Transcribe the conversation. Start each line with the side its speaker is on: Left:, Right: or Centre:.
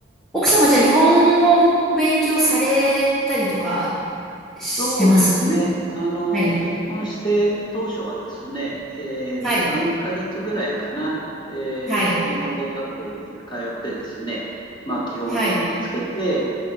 Centre: 奥様じゃ日本語も勉強されたりとかしてます
Left: そうですね。あの、
Centre: はい。
Left: 結婚して当初はですね、えっと、
Centre: はい。
Left: 3ヶ月ぐらいかな、えっと、
Centre: はい。
Left: 日本語学校に通ってですね、まあ、基本語を身につけて、
Centre: はい。